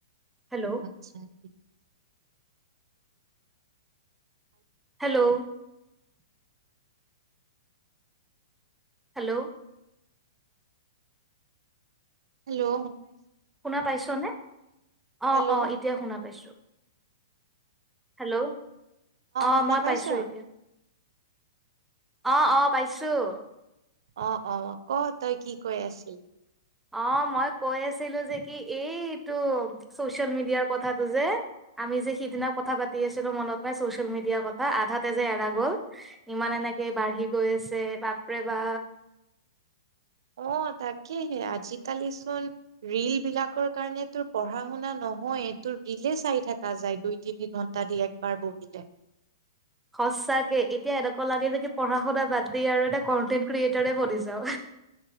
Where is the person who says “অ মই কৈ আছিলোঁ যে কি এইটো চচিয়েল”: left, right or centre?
Centre